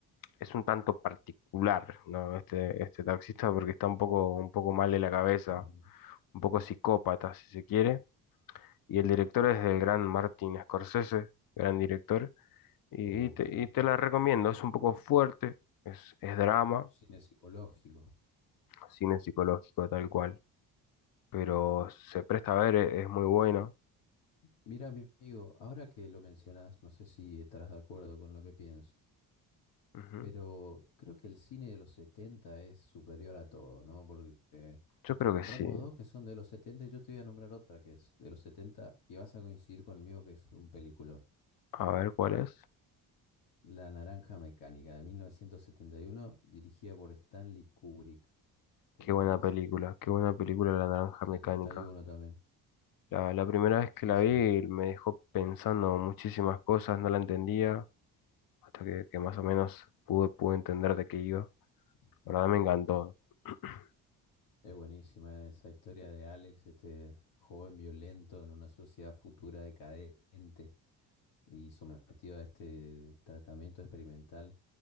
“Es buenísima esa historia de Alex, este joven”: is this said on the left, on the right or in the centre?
Left